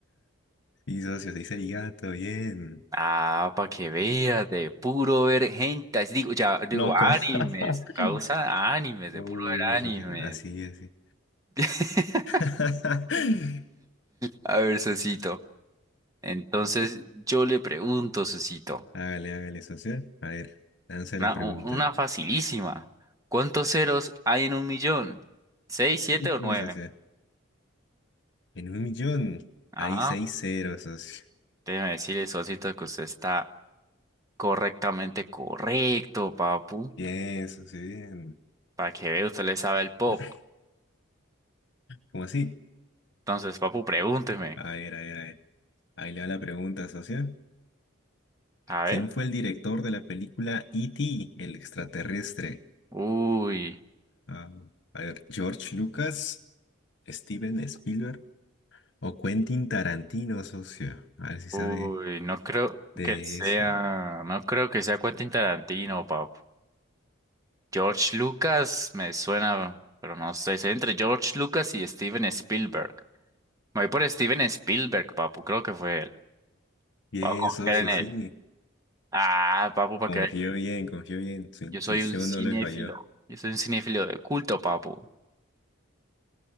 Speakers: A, on the left; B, on the right.
A: Y socio, se dice arigato, bien.
B: Ah, para que veas, de puro ver gentas. Digo, ya, digo,
A: No, que-
B: animes.
A: <laughs>
B: Causa animes,
A: Uy,
B: de puro ver
A: uy,
B: animes.
A: socio, así, así.
B: <laughs>
A: <laughs>
B: A ver, Sosito. Entonces yo le pregunto, Sosito,
A: Hágale, hágale, socio. A ver, lance
B: una,
A: la pregunta.
B: u- una facilísima. ¿Cuántos ceros hay en un millón? ¿Seis, siete
A: Uy,
B: o nueve?
A: socio. En un millón
B: Ajá.
A: hay seis ceros, socio.
B: Déjeme decirle, Sosito, que usted está correctamente correcto, papu.
A: Bien, socio, bien.
B: Para que vea, usted le sabe el pop.
A: <laughs> ¿Cómo así?
B: Entonces, papu, pregúnteme.
A: A ver, a ver, a ver. Ahí le va la pregunta, socio.
B: A ver.
A: ¿Quién fue el director de la película E.T., el extraterrestre?
B: Uy,
A: Ah, a ver, George Lucas, Steven Spielberg o Quentin Tarantino, socio. A ver si
B: uy,
A: sabe
B: no creo
A: de
B: que sea,
A: eso.
B: no creo que sea Quentin Tarantino, papu. George Lucas me suena, pero no sé. Estoy entre George Lucas y Steven Spielberg. Me voy por Steven Spielberg, papu. Creo que fue él.
A: Bien,
B: Vamos a confiar
A: socio,
B: en él.
A: sí.
B: Ah, papu, para
A: Confío
B: que vea.
A: bien, confío bien. Su
B: Yo
A: intuición
B: soy un cinéfilo.
A: no le falló.
B: Yo soy un cinéfilo de culto, papu.